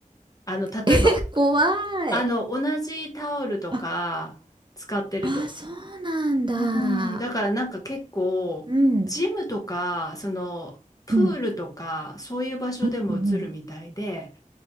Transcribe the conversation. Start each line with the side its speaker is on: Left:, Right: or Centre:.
Left: あの、例えば、
Right: え、怖
Left: あの、
Right: い。
Left: 同じタオルとか使ってると。
Right: あ、あ、そうなんだ。
Left: うん、だからなんか結構、
Right: うん、
Left: ジムとか、その、プールとか、
Right: うん、
Left: そういう場所でも映るみたいで、
Right: うん、